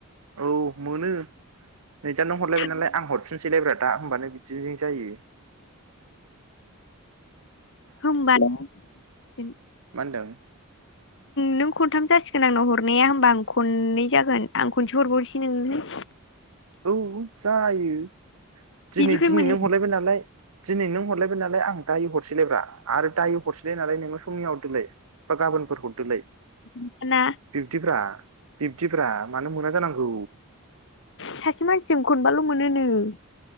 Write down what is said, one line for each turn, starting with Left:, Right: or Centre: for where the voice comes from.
Right: औ मोनो । नैदा नों हरलायबाय
Left: थाम
Right: नालाय आं हरफिन सलायब्रा दा होमबानो बिदिजों जायो ।
Left: होमबा नों
Right: मा होनदों
Left: नों <unintelligible> खथाम जासिगोन आंनाव हरनाया होमबा आं खनै जागोन आं खनसे हरबावसै नोंनो
Right: औ जायो । दिनै
Left: बिनिफ्राय
Right: दिनै
Left: मोन
Right: नों हरलायबाय नालाय दिनै नों हरलायबाय नालाय आं दायो हरसैलायब्रा आरो दायो हरसैलाय नालाय नोङो समनिहा हरदोलाय बा गाबोनफोर हरदोलाय
Left: खनबाना
Right: बिब्दिब्रा बि <unintelligible> मानो मोना जानांगौ
Left: सासे मानसिजों खनबाल' मोनो नो ।